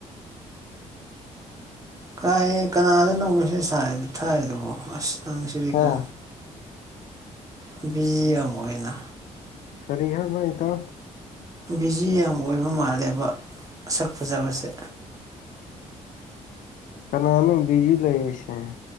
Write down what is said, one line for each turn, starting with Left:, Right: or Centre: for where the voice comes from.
Right: ꯀꯥꯏ ꯀꯅꯥꯗ ꯅꯧꯉꯁꯦ ꯊꯥꯏꯗꯨꯕꯣ ꯑꯁ ꯅꯪꯁꯤꯗꯤꯀꯣ
Left: ꯍꯥ
Right: ꯕꯤꯖꯤ ꯑꯃꯅ
Left: ꯈꯔꯤ ꯍꯥꯏ ꯃꯗ
Right: ꯕꯤꯖꯤ ꯌꯥꯝ ꯑꯣꯏꯕ ꯃꯥꯜꯂꯦꯕ ꯁꯛ ꯐꯖꯕꯁꯦ
Left: ꯀꯩꯅ ꯑꯅ ꯕꯤꯖꯤ ꯂꯩꯏꯁꯦ